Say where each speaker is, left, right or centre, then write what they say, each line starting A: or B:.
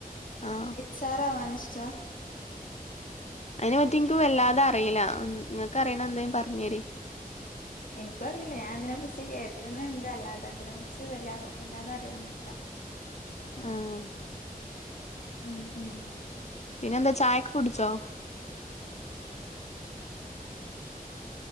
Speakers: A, on the left; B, on the left.
A: ആഹ്
B: സാറാവാനിഷ്ച
A: അയ്നെപറ്റി ഇൻക്ക് വല്ലാതെ അറീല ഇങ്ങക്കറിയിണെന്തെം പർഞ്ഞെരി
B: എനിക്കും അറിയില്ല ഞാൻ അതിനെ കുറിച്ച് കേട്ട്ണിണ്ട് അല്ലാതെ അതിനെ കുറിച്ച് വല്ലാ വല്ലാതെ അറിയൊന്നുല്ല
A: ആഹ് ഓഹ്
B: ഉം ഉം
A: പിന്നെന്താ ചായൊക്കെ കുടിച്ചോ?